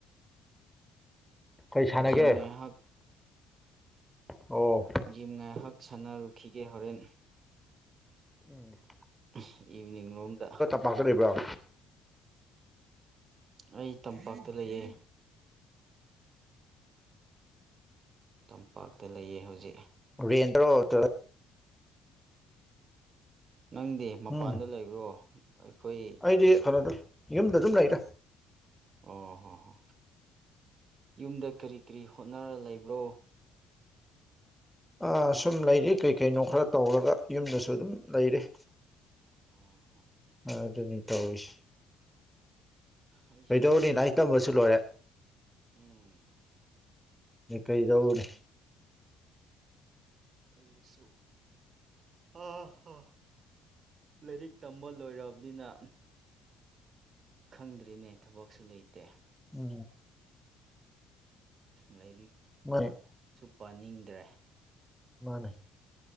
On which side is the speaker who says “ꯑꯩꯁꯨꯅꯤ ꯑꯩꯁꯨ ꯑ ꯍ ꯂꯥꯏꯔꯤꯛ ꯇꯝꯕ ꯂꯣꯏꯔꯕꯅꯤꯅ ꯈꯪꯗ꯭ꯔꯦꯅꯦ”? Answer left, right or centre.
Right